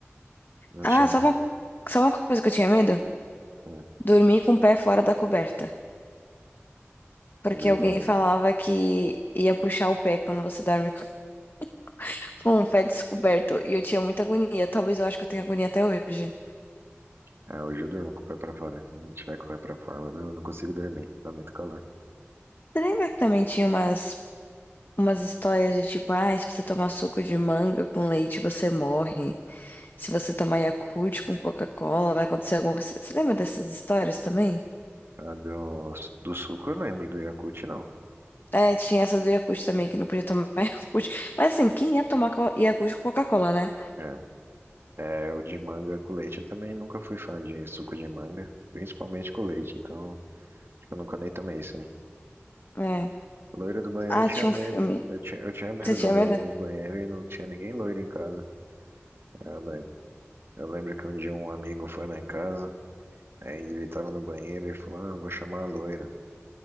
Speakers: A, on the right; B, on the left.
A: Não
B: Ah,
A: tinha
B: sabe
A: nem.
B: uma... sabe uma coisa que eu tinha medo?
A: Hum,
B: Dormir com o pé fora da coberta. Porque
A: é verdade.
B: alguém falava que ia puxar o pé quando você dorme com <laughs> com o pé descoberto. E eu tinha muita agonia. Talvez eu acho que eu tenha agonia até hoje.
A: Ah, hoje eu durmo com o pé pra fora. Se não tiver com o pé pra fora, mano, eu não, consigo dormir. Dá muito calor.
B: Você lembra que também tinha umas. Umas histórias de tipo, ah, se você tomar suco de manga com leite, você morre. Se você tomar Yakult com Coca-Cola, vai acontecer alguma coisa. Você lembra dessas histórias também?
A: Ah, do, do suco eu lembro, do Yakult não.
B: É, tinha essa do Yakult também, que não podia tomar <laughs> Yakult. Mas assim, quem ia tomar co- Yakult com Coca-Cola, né?
A: É. É, o de manga com leite eu também nunca fui fã de suco de manga, principalmente com leite, então acho que eu nunca nem tomei isso, hein.
B: É.
A: Loira do banheiro
B: Ah,
A: eu tinha
B: tinha
A: medo.
B: um filme.
A: Eu tinha, eu tinha medo
B: Você tinha
A: da loira
B: medo?
A: do banheiro e não tinha ninguém loira em casa. É, Eu, lem- eu lembro que um dia um amigo foi lá em casa, aí ele tava no banheiro e falou: ah, vou chamar a loira.